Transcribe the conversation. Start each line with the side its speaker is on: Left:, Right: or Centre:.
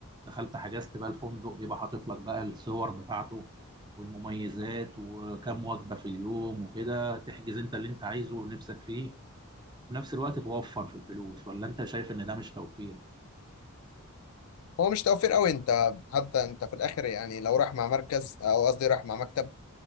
Right: دخلت حجزت بقى الفندق بيبقى حاطط لك بقى الصور بتاعته والمميزات وكم وجبة في اليوم وكده تحجز انت اللي انت عايزه ونفسك فيه في نفس الوقت توفر في الفلوس ولا انت شايف ان ده مش توفير
Left: هو مش توفير قوي أنت حتى أنت في الآخر يعني لو راح مع مركز أو قصدي راح مع مكتب